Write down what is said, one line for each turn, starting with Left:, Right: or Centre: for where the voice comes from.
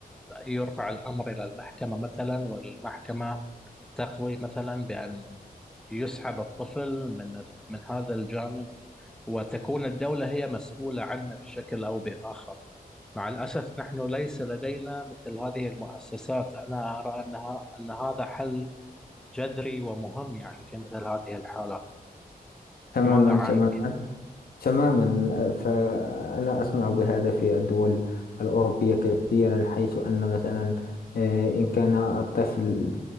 Centre: يرفع الأمر إلى المحكمة مثلا والمحكمة تقضي مثلا بأن يسحب الطفل من ال- من هذا الجانب وتكون الدولة هي مسؤولة عنه بشكل أو بآخر مع الأسف نحن ليس لدينا مثل هذه المؤسسات أنا أرى أنها أن هذا حل جذري ومهم يعني في مثل هذه الحالات
Left: تماما
Centre: ماذا عنك؟
Left: تماما تماما فأنا أسمع بهذا في الدول الأوروبية كثيرا حيث أن مثلا آه، إن كان الطفل